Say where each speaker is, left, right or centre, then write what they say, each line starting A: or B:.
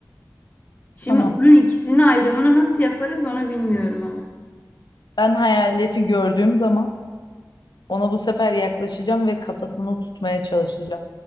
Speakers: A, on the left; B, on the left.
A: Şimdi
B: Tamam.
A: onun ikisini ayrımını nasıl yaparız onu bilmiyorum ama.
B: Ben hayaleti gördüğüm zaman Ona bu sefer yaklaşacağım ve kafasını tutmaya çalışacağım.